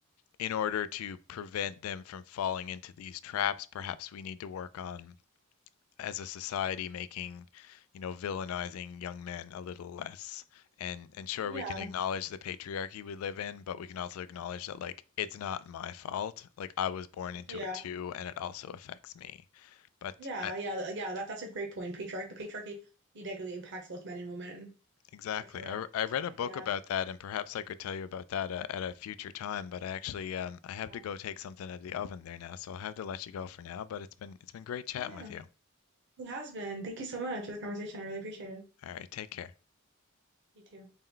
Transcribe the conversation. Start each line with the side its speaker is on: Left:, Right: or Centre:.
Left: in order to prevent them from falling into these traps, perhaps we need to work on as a society making, you know, villainizing young men a little less. And and sure,
Right: Yeah.
Left: we can acknowledge the patriarchy we live in, but we can also acknowledge that like it's not my fault. Like I was born into
Right: Yeah.
Left: it too, and it also affects me. But
Right: Yeah,
Left: I,
Right: yeah, th- yeah, that that's a great point. Patriarch, the patriarchy, it negatively impacts both men and women
Left: exactly,
Right: for sure.
Left: I, r- I read a
Right: Uh,
Left: book
Right: yeah.
Left: about that, and perhaps I could tell you about that at, at a future time. But I actually um, I have
Right: Uh,
Left: to go take something out of the oven there now, so I'll have to let you go for now. But it's been it's been great chatting
Right: oh yeah,
Left: with you.
Right: it has been. Thank you so much for the conversation. I really appreciate it.
Left: All right, take care.
Right: You too.